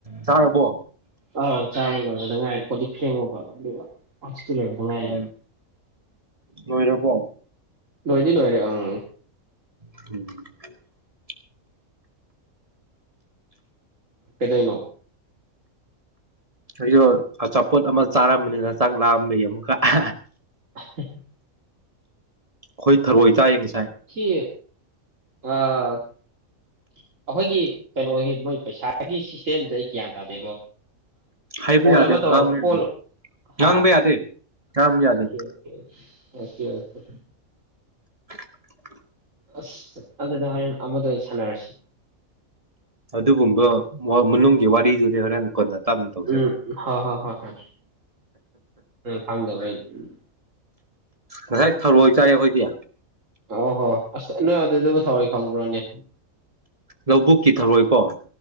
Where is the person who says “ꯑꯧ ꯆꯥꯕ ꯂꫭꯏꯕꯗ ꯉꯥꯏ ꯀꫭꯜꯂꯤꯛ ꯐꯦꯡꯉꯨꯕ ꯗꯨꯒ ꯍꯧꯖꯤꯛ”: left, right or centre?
Right